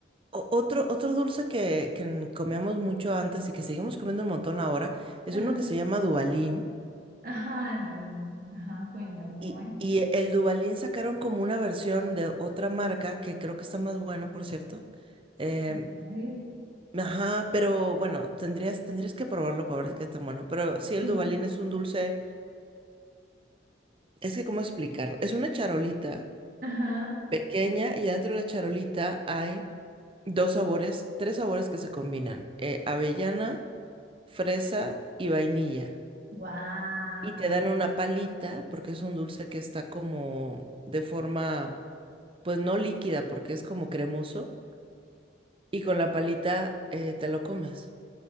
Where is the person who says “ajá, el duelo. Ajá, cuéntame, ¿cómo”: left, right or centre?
Right